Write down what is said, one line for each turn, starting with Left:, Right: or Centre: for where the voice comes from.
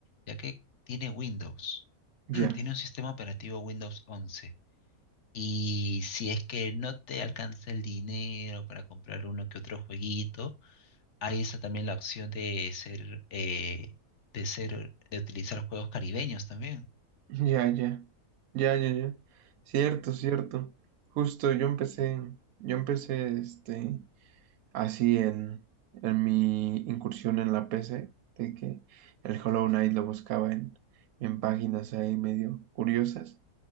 Left: ya que tiene Windows,
Right: ya.
Left: <clears throat> tiene un sistema operativo Windows once Y si es que no te alcanza el dinero para comprar uno que otro jueguito, hay esa también la opción de ser, eh, de ser, de utilizar juegos caribeños también.
Right: Ya, ya, ya, ya, ya. Cierto, cierto. Justo yo empecé, yo empecé este, así en, en mi incursión en la PC, de que el Hollow Knight lo buscaba en, en páginas ahí medio curiosas,